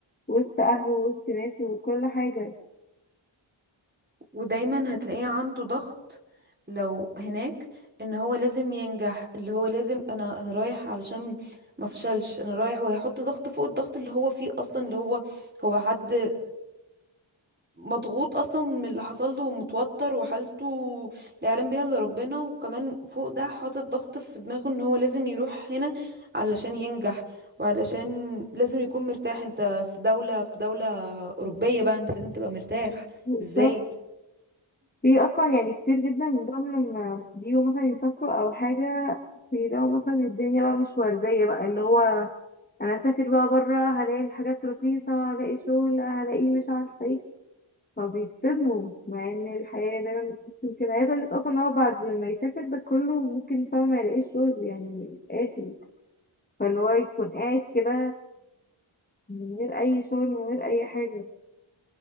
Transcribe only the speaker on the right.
ودايما هتلاقيه عنده ضغط لو هناك ان هو لازم ينجح اللي هو لازم انا انا رايح علشان ما افشلش انا رايح وهيحط ضغط فوق الضغط اللي هو فيه اصلا اللي هو هو حد مضغوط اصلا من اللي حصل له ومتوتر وحالته لا يعلم بيها الا ربنا وكمان فوق ده حاطط ضغط في دماغه ان هو لازم يروح هنا علشان ينجح وعلشان لازم يكون مرتاح انت في دولة في دولة أوروبية بقى انت لازم تبقى مرتاح
ازاي